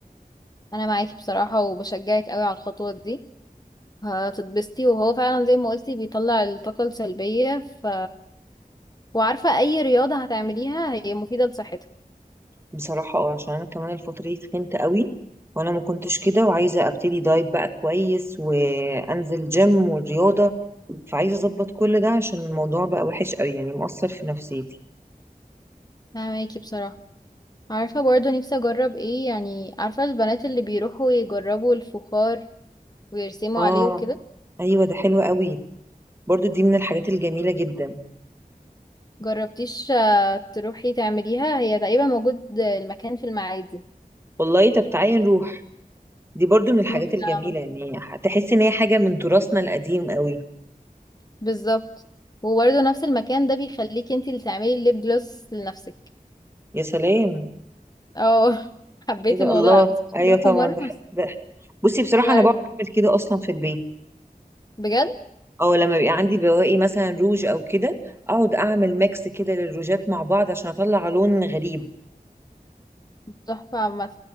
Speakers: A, on the left (about 25°); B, on the right (about 15°).
A: انا معاكي بصراحة وبشجعك قوي على الخطوة دي هتتبسطي وهو فعلا زي ما قلتي بيطلع الطاقة السلبية ف وعارفة اي رياضة هتعمليها هي مفيدة لصحتك
B: بصراحة اه عشان انا كمان الفترة دي تخنت قوي وانا ما كنتش كده وعايزة ابتدي دايت بقى كويس وانزل جيم والرياضة فعايزة اظبط كل ده عشان الموضوع بقى وحش قوي يعني مؤثر في نفسيتي
A: فهماكي بصراحة عارفة برضه نفسي أجرب ايه يعني عارفة البنات اللي بيروحوا يجربوا الفخار ويرسموا
B: اه
A: عليه وكده
B: ايوه ده حلو قوي برضو دي من الحاجات الجميلة جدا
A: جربتيش آه، تروحي تعمليها هي تقريبا موجود المكان في المعادي
B: والله طب تعالي نروح دي برضو من الحاجات
A: ممكن
B: الجميلة
A: أعمل.
B: يعني تحس ان هي حاجة من تراثنا القديم قوي
A: بالظبط وبرضه نفس المكان ده بيخليكي انتي اللي تعملي الليب جلوس لنفسك
B: يا سلام
A: اه <laughs> حبيت
B: ايه ده
A: الموضوع
B: الله
A: اوي
B: ايوه
A: راحوا
B: طبعا
A: مرة
B: ده,
A: بس
B: ده بصي بصراحة
A: ما
B: انا
A: عرفت
B: بعرف اعمل كده اصلا في البيت
A: بجد
B: او لما بيبقى عندي بواقي مثلا روج او كده اقعد اعمل ميكس كده للروجات مع بعض عشان اطلع لون غريب
A: تحفة عامة